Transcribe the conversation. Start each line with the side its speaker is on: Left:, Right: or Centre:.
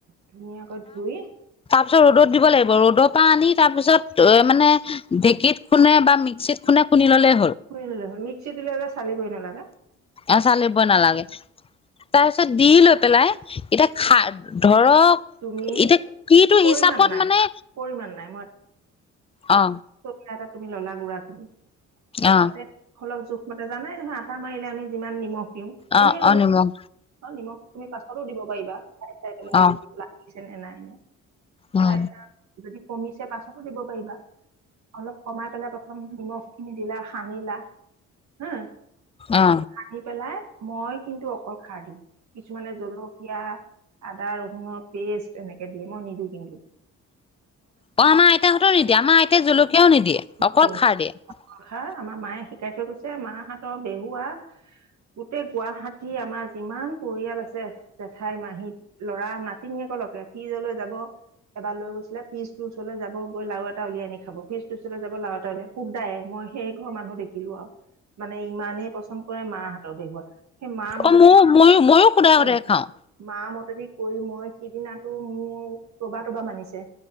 Right: ধুনীয়াকৈ ধুই
Left: তাৰপিছত ৰ'দত দিব লাগিব ৰ'দৰ পৰা আনি তাৰ পিছত এ মানে ঢেকীত খুনে বা মিক্সিত খুনে খুন্দি ল'লে <unintelligible>
Right: হয় ন লাগ মিক্সিত দিলে যে চালি হৈ নেলাগে <unintelligible> <unintelligible>
Left: অ চালিব নালাগে তাৰ পিছত দি লৈ পেলাই এতিয়া খা ধৰ ধক
Right: তুমি
Left: এতিয়া কিটো
Right: পৰিমাণ
Left: হিচাপত
Right: নাই
Left: মানে
Right: পৰিমাণ নাই
Left: অ
Right: এ তুমি ললা গুড়া খিনি
Left: অ
Right: তাতে অলপ জোখ মতে জানাই নহয় আটা মাৰিলে আমি যিমান নিমখ দিওঁ
Left: অ
Right: এনেই
Left: অ নিমখ
Right: নিমখ তুমি প <unintelligible> স দিব পাৰিবাই পেলাই
Left: অ
Right: লি ন নাই ন
Left: অ
Right: তাৰপিছত
Left: অ
Right: য <unintelligible> কমিছে পাছতো দিব পাৰিবা অলপ কমাই পেলাই প্ৰথম নিমখ নি দিলা সানিলা হুম
Left: অ
Right: সানি পেলাই মই কিন্তু অকল খাৰ দিওঁ কিছুমানে জলকীয়া আদা ৰহুনৰ পেষ্ট এনেকে দিয়ে মই নিদো কিন্ত <unintelligible>
Left: অ আমাৰ আইতাহঁতেও নিদিয়ে আমাৰ আইতাই জলকীয়াও নিদিয়ে
Right: নে
Left: অকল খাৰ দিয়ে <unintelligible>
Right: কথা আমাৰ মায়ে শিকাই থৈ গৈছে মাহতৰ বেহুৱা গোটেই গুৱাহাটী আমাৰ যিমান পৰিয়াল আছে জেঠাই মাহী লৰা নাতিনীয়ে <unintelligible> কে ফ্ৰিজলৈ যাব এবাৰ লৈ গৈছিলে ফ্ৰিজ ৰ ওচৰলৈ যাব গৈ লাৰু এটা উলিয়াই আনি খাব ফ্ৰিজ <unintelligible> যাব লাৰ তে শুক দায়ে মই সেই ঘৰৰ মানুহ দেখিলো আৰু <unintelligible> মানে ইমানেই পচন্দ কৰে মা হাতৰ বেহুৱা <unintelligible> সেই মা মতে
Left: অ মোৰ ময়ো ময়ো সুদাই সুদাই
Right: এইব
Left: খাওঁ
Right: মা মতে <unintelligible> যদি কৰি মই সিদিনাটো মোৰ ৰবা তবা মানিছে